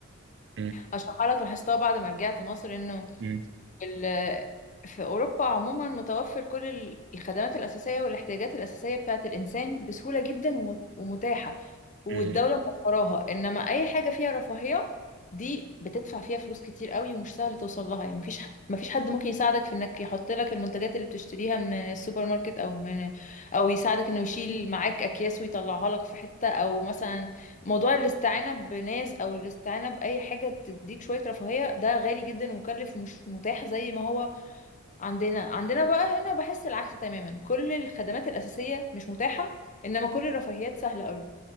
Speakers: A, on the right (about 60°); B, on the left (about 40°).
A: مم.
B: هشرحها لك لاحظتها بعد ما رجعت مصر انه
A: مم.
B: ال- في اوروبا عموما متوفر كل ال- الخدمات الاساسيه والاحتياجات الاساسيه بتاعه الانسان بسهوله جدا وم- ومتاحه والدوله
A: مم.
B: موفراها انما اي حاجه فيها رفاهيه دي بتدفع فيها فلوس كتير قوي ومش سهل توصل لها يعني مفيش ح- مفيش حد ممكن يساعدك في انك يحط لك المنتجات اللي بتشتريها من السوبر ماركت او من او يساعدك انه يشيل معاك اكياس ويطلعها لك في حته او مثلا موضوع الاستعانة بناس أو الاستعانة بأي حاجة تديك شوية رفاهية ده غالي جدا ومكلف ومش متاح زي ما هو عندنا عندنا بقى هنا بحس العكس تماما كل الخدمات الأساسية مش متاحة إنما كل الرفاهيات سهلة أوي